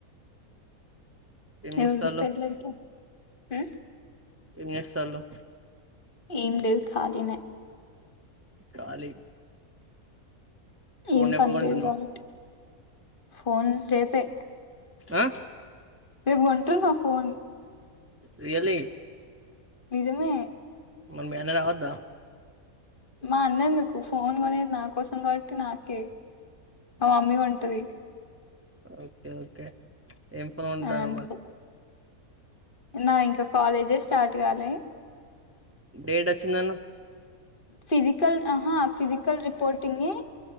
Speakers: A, on the right; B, on the left.
A: ఏం
B: ఎవరిది
A: చేస్తాల్లు?
B: పెళ్లయితా ఆ
A: ఏం జేస్తల్లు
B: ఏం లేదు ఖాళీనే
A: ఖాళీ ఫోన్
B: ఏం
A: ఎప్పుడు
B: పనిలేదు
A: కొంటున్నవు?
B: కాబట్టి ఫోన్ రేపే
A: ఆ
B: రేపు కొంటున్న ఫోన్
A: రియల్లీ
B: నిజమే
A: మరి మీ అన్న రావద్దా
B: మా అన్నందుకు ఫోన్ కొనేది నా కోసం కాబట్టి నాకే మా మమ్మీగా కొంటది
A: ఓకే ఓకే ఏం ఫోన్ కొంటన్నవ్
B: అని అనుకో
A: మరి
B: నా ఇంకా కాలేజే స్టార్ట్ కాలే
A: డేట్ వచ్చిందన్నవు
B: ఫిజికల్ ఆహా ఫిజికల్ రిపోర్టింగ్